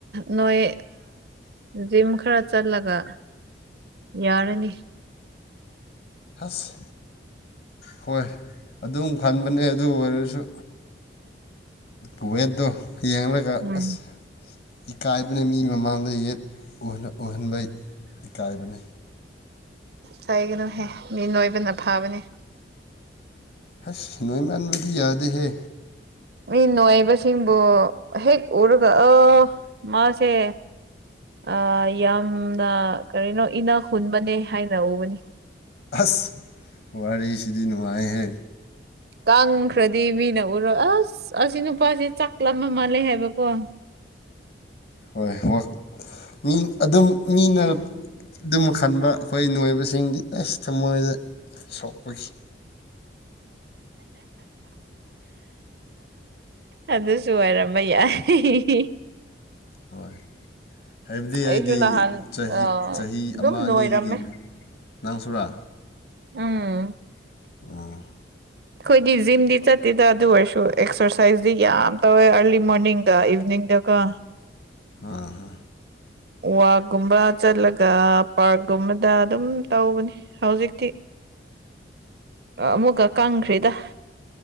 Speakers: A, on the right; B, on the left.
A: ꯅꯣꯏ ꯖꯤꯝ ꯈꯔ ꯆꯠꯂꯒ ꯌꯥꯔꯅꯤ
B: ꯍꯁ ꯍꯣꯏ ꯑꯗꯨꯝ ꯈꯟꯕꯅꯦ ꯑꯗꯨ ꯑꯣꯏꯔꯁꯨ ꯀꯨꯋꯦꯠꯗ ꯌꯦꯡꯂꯒ
A: ꯎꯝ
B: ꯑꯁ ꯏꯀꯥꯏꯕꯅ ꯃꯤ ꯃꯃꯥꯡꯗ ꯌꯦꯠ ꯎꯅ ꯎꯍꯟꯕ ꯏꯀꯥꯏꯕꯅꯤ
A: ꯀꯥꯏꯒꯅꯨꯍꯦ ꯃꯤ ꯅꯣꯏꯕꯅ ꯐꯥꯕꯅꯦ
B: ꯍꯁ ꯅꯣꯏ ꯃꯥꯟꯕꯗꯤ ꯌꯥꯗꯦꯍꯦ
A: ꯃꯤ ꯅꯣꯏꯏꯕꯁꯤꯡꯕꯨ ꯍꯦꯛ ꯎꯔꯒ ꯑ ꯃꯥꯁꯦ ꯑ ꯌꯥꯝꯅ ꯀꯔꯤꯅꯣ ꯏꯅ ꯈꯨꯟꯕꯅꯦ ꯍꯥꯏꯅ ꯎꯕꯅꯤ
B: ꯑꯁ ꯋꯥꯔꯦ ꯁꯤꯗꯤꯟꯅꯨꯡꯃꯥꯏꯍꯦ
A: ꯇꯪꯈ꯭ꯔꯗꯤ ꯃꯤꯅ ꯎꯔꯣ ꯑꯁ ꯑꯁꯤ ꯅꯨꯄꯥꯁꯦ ꯆꯥꯛꯂꯝꯕ ꯃꯥꯜꯂꯦ ꯍꯥꯏꯕꯀꯣ
B: ꯍꯣꯏ ꯍ ꯃꯤ ꯑꯗꯨꯝ ꯃꯤꯅ ꯑꯗꯨꯝ ꯈꯟꯕ ꯑꯩꯈꯣꯏ ꯅꯣꯏꯕꯁꯤꯡꯗꯤ ꯑꯁ ꯊꯃꯣꯏꯗ ꯁꯣꯛꯄꯒꯤ
A: <inaudible> ꯑꯗꯨ ꯁ ꯑꯣꯏꯔꯝꯕ ꯌꯥꯏ
B: ꯍꯣꯏ ꯍꯥꯏꯕꯗꯤ
A: ꯑꯩꯁꯨ
B: ꯑꯩꯗꯤ
A: ꯅꯍꯥꯟ
B: ꯆꯍꯤ
A: ꯑꯗꯨꯝ
B: ꯆꯍꯤ ꯑꯃ
A: ꯅꯣꯏꯔꯝꯃꯦ
B: ꯑꯅꯤꯗꯒꯤ ꯅꯪꯁꯨꯨꯔꯥ
A: ꯎꯝ
B: ꯑ
A: ꯑꯩꯈꯣꯏꯗꯤ ꯖꯤꯝꯗꯤ ꯆꯠꯇꯦꯗ ꯑꯗꯨ ꯑꯣꯏꯔꯁꯨ ꯑꯦꯛꯁꯔꯁꯥꯏꯁꯇ ꯌꯥꯝ ꯇꯧꯋꯦ ꯑꯔꯂꯤ ꯃꯣꯔꯅꯤꯡꯒ ꯏꯚꯅꯤꯡ ꯏꯗꯀꯣ
B: ꯑ ꯍ
A: ꯋꯥꯛꯀꯨꯝꯕ ꯆꯠꯂꯒ ꯄꯥꯔꯛꯀꯨꯝꯕꯗ ꯑꯗꯨꯝ ꯇꯧꯕꯅꯤ ꯍꯧꯖꯤꯛꯇꯤ ꯑꯃꯨꯛꯀ ꯀꯪꯈ꯭ꯔꯔꯤꯗ